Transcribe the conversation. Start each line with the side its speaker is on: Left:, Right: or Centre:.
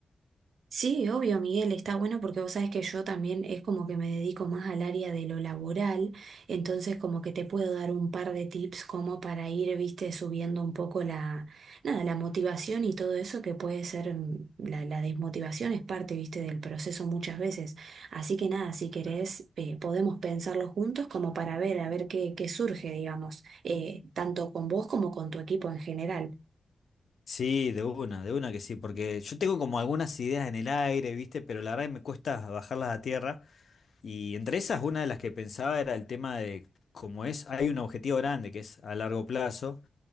Right: Sí, obvio Miguel, está bueno porque vos sabés que yo también es como que me dedico más al área de lo laboral, entonces como que te puedo dar un par de tips como para ir, viste, subiendo un poco la, nada, la motivación y todo eso que puede ser, mm, la, la desmotivación es parte, viste, del proceso muchas veces. Así que nada, si querés, eh, podemos pensarlo juntos como para ver, a ver qué, qué surge, digamos, eh, tanto con vos como con tu equipo en general.
Left: Sí, de una, de una que sí, porque yo tengo como algunas ideas en el aire, ¿viste? Pero la verdad que me cuesta bajarlas a tierra. Y entre esas, una de las que pensaba era el tema de, como es, hay un objetivo grande que es a largo plazo